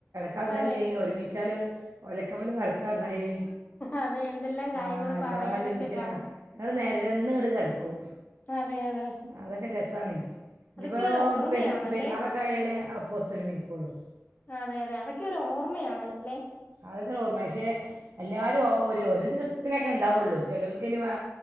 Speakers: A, on the right; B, on the left.
A: കസല്ലേ
B: അതെ
A: ഒരുമിച്ചാല് ഒലക്കമ്മലും കടക്കാ പറഞ്ഞമാതിരി
B: അതെ എന്തെല്ലാം കാര്യങ്ങള്
A: ആഹ് എല്ലാരുംഒരുമിച്ചാ
B: പറയാനൊക്കെ കാണും
A: ഞങ്ങള് നെരന്നങ്ങട് കെടക്കും
B: അതെ അതെ
A: അതൊക്കെ രസാണ് ഇനിപ്പോ
B: അതൊക്കെ ഒരു ഓർമ്മയാണല്ലേ
A: പെര പെരുന്നാളൊക്കെ ആയാലേ അപ്പൊ ഒത്തൊരുമിക്കുള്ളൂ
B: അതെ അതെ അതൊക്കെയൊരോർമ്മയാണല്ലേ
A: അതൊക്കെ ഒരൊർമ്മയാ പക്ഷെ എല്ലാരും ഒരു ഒരു ദിവസത്തിനൊക്കെ ഉണ്ടാവുള്ളൂ ചെലർക്ക് ഇനി വേ